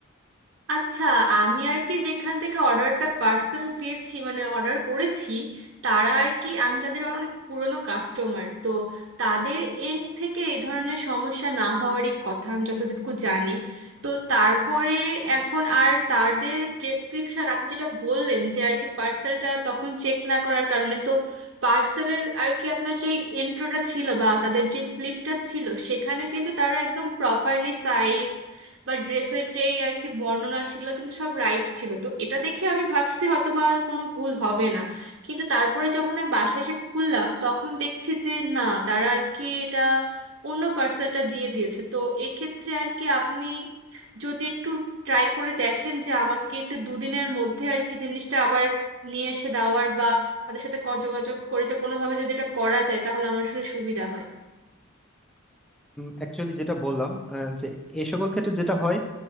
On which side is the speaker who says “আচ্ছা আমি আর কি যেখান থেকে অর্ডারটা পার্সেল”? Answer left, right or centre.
Right